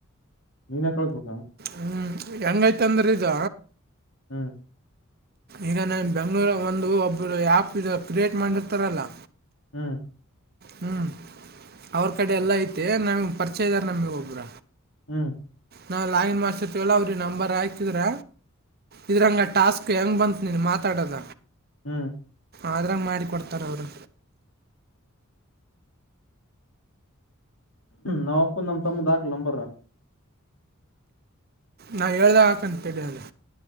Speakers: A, on the left; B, on the right.
A: ಮೀನ್ ಕಳ್ಸ್ಬೇಕಾ
B: ಹ್ಮ್ ಹೆಂಗೈತ ಅಂದ್ರ ಇದ
A: ಹ್ಮ್
B: ಈಗ ನನ್ ಬೆಂಗ್ಳೂರ ಒಂದು ಒಬ್ರು ಆ್ಯಪ್ ಇ ಕ್ರಿಯೇಟ್ ಮಾಡಿರ್ತಾರಲ್ಲ.
A: ಹ್ಮ್
B: ಹ್ಮ್ ಅವ್ರ ಕಡೆ ಎಲ್ಲ ಐತೆ ನಮ ಪರಿಚಯ ಇದ್ದಾರ ನಮಗ್ ಒಬ್ರ
A: ಹ್ಮ್
B: ನಾವು ಲೈನ್ ಮಾಸ್ಟರ್ವಲ್ಲ ಅವ್ರಿಗೆ ನಂಬರ್ ಹಾಕಿದ್ರ ಇದ್ರಂಗ ಟಾಸ್ಕ್ ಹೆಂಗ್ ಬಂತ ನೀನು ಮಾತಾಡೋದ
A: ಹ್ಮ್
B: ಆದ್ರಂಗ ಮಾಡಿ ಕೊಡ್ತಾರ ಅವರು.
A: ನಾವ್ ಅಪ್ಪ ನಮ್ಮ್ ತಮ್ಮದ ಹಾಕ್ಲಂಬರ
B: ನಾ ಹೇಳ್ದ ಹಾಕಂತ ಅದು.